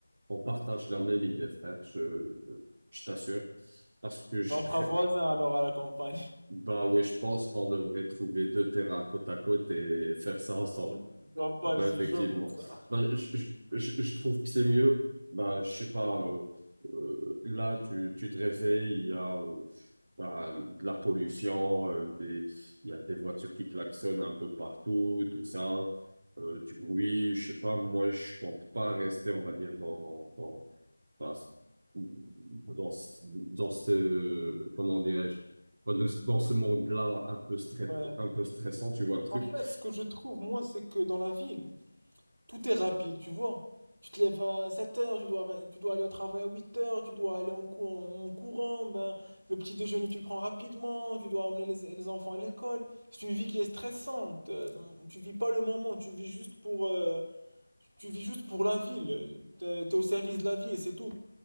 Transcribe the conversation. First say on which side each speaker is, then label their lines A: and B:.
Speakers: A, on the right; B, on the right.
A: on partage la même idée, frère. Je, je t'assure, parce que je
B: Ben, on sera
A: pré...
B: voisins alors à la campagne.
A: Bah ouais, je pense qu'on devrait trouver deux terrains côte à côte et faire ça ensemble.
B: <laughs> Campagne,
A: Ah bah,
B: c'est
A: effectivement.
B: chaud pour ça.
A: Bah, je, je, je je trouve que c'est mieux. Bah, je sais pas, euh, euh, là, tu, tu te réveilles, il y a euh, bah, de la pollution, euh, des, il y a des voitures qui klaxonnent un peu partout, tout ça, euh, du bruit, je sais pas, moi, je compte pas rester, on va dire, dans, dans, dans, ce- dans, ce, dans ce- comment dirais-je, dans ce dans ce monde-là un peu stress,
B: Ouais.
A: un peu stressant, tu vois le truc.
B: En fait, ce que je trouve, moi, c'est que dans la ville, Tout est rapide, tu vois. Tu te lèves à 7 heures, tu dois, tu dois aller au travail à 8 heures, tu dois aller en, cou- en courant, ben, le petit déjeuner tu le prends rapidement, tu dois emmener les, les enfants à l'école. C'est une vie qui est stressante. euh, Tu vis pas le moment, tu vis juste pour, euh, tu vis juste pour la ville. T'es, t'es au service de la vie et c'est tout.